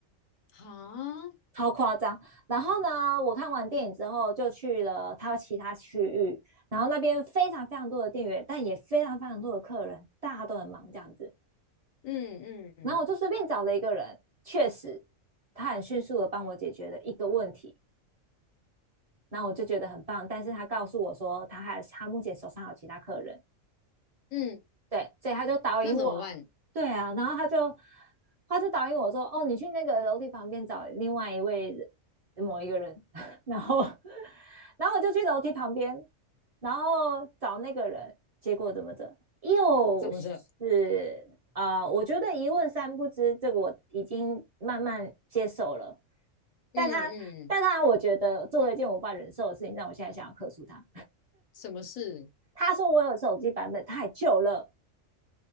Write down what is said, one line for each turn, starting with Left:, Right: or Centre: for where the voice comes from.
Left: 哈，
Right: 超夸张。然后呢，我看完电影之后就去了他其他区域，然后那边非常非常多的店员，但也非常非常多的客人，大家都很忙这样子。
Left: 嗯嗯嗯
Right: 然后我就随便找了一个人，确实他很迅速的帮我解决了一个问题。那我就觉得很棒。但是他告诉我说，他还他目前手上有其他客人，
Left: 嗯，
Right: 对，所以他就导引我，
Left: 那怎么办？
Right: 对啊，然后他就他就导引我说，哦，你去那个楼梯旁边找另外一位人某一个人，<laughs> 然后然后我就去楼梯旁边，然后找那个人，结果怎么着，又是啊、
Left: 怎么着？
Right: 呃我觉得一问三不知，这个我已经慢慢接受了，
Left: 嗯嗯，
Right: 但他但他我觉得做了一件我无法忍受的事情，让我现在想要克诉他。
Left: 什么事？
Right: 他说我有手机版本太旧了，